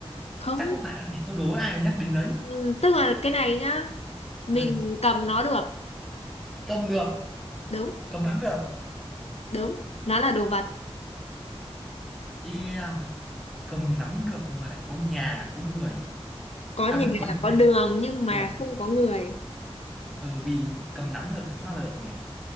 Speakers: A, on the left; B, in the centre.
A: không
B: chắc không phải đâu nhỉ câu đố ai mà nhắc đến đấy
A: Ừ, tức là cái này nhá mình
B: ừ.
A: cầm nó được
B: cầm được
A: đúng
B: cầm nắm được
A: đúng nó là đồ vật
B: yeah cầm nắm được mà lại có nhà có người
A: có
B: à
A: nhà
B: quên có nhà
A: có đường nhưng mà
B: được.
A: không có người
B: ừ vì cầm nắm được thì sao được nhỉ